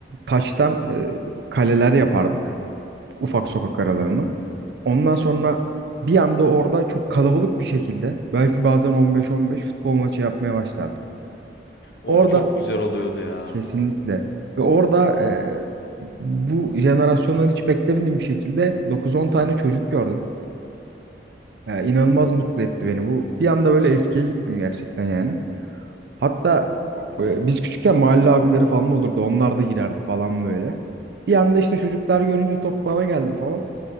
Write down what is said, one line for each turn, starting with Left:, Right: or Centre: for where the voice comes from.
Right: taştan e, kaleler yapardık ufak sokak aralarını. Ondan sonra bir anda orada çok kalabalık bir şekilde, belki bazen 15-15 futbol maçı yapmaya başlardık.
Left: Of
Right: Orada
Left: çok güzel oluyordu ya.
Right: Kesinlikle. Ve orada e, bu jenerasyondan hiç beklemediğim bir şekilde dokuz on tane çocuk gördüm. E, inanılmaz mutlu etti beni bu. Bir anda böyle eskiye gittim gerçekten yani. Hatta e, biz küçükken mahalle abileri falan olurdu. Onlar da girerdi falan böyle. Bir anda işte çocuklar görünce top bana geldi falan.